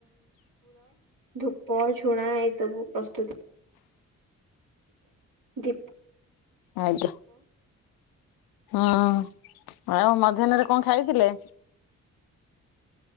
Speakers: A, on the right; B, on the left.
A: ଧୂପ ଝୁଣା ଏସବୁ ପ୍ରସ୍ତୁତ। ଦୀପ।
B: ଆଜ୍ଞା ହୁଁ ଆଉ ମଧ୍ୟାହ୍ନରେ କଣ ଖାଇଥିଲେ?